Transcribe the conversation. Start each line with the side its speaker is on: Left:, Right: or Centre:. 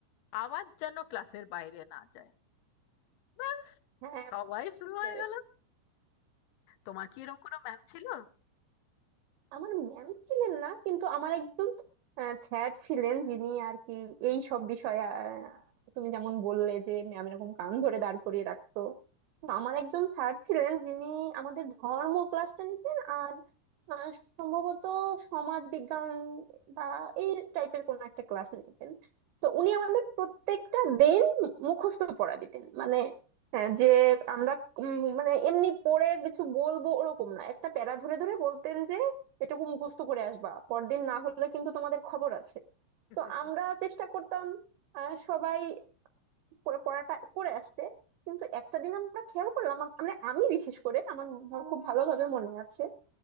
Left: আওয়াজ যেন ক্লাসের বাইরে না যায় ব্যাস
Right: হ্যাঁ
Left: সবাই শুরু
Right: বুঝতে
Left: হয়ে
Right: পেরেছি।
Left: গেল তোমার কি এরকম কোনো ম্যাম ছিল
Right: আমার ম্যাম ছিলেন না কিন্তু আমার একজন স্যার ছিলেন যিনি আর কি এই সব বিষয়ে আহ, তুমি যেমন বললে যে ম্যাম এরকম কান ধরে দাঁড় করিয়ে রাখতো তো আমার একজন স্যার ছিলেন যিনি আমাদের ধর্ম ক্লাসটা নিতেন আর আহ, সম্ভবত সমাজ বিজ্ঞান বা এই টাইপের কোন একটা ক্লাস নিতেন তো উনি আমাদের প্রত্যেকটা দিন মুখস্থ পড়া দিতেন মানে হ্যাঁ যে আমরা উম, মানে এমনি পড়ে কিছু বলবো ওরকম না একটা প্যারা ধরে ধরে বলতেন এটুকু মুখস্থ করে আসবা পরদিন না হলে কিন্তু তোমাদের খবর আছে
Left: <laughs>
Right: তো আমরা চেষ্টা করতাম আহ, সবাই পড়া- পড়াটা করে আসতে কিন্তু একটা দিন আমরা খেয়াল করলাম আম- মানে আমি বিশেষ করে আমার আমার খুব ভালোভাবে মনে আছে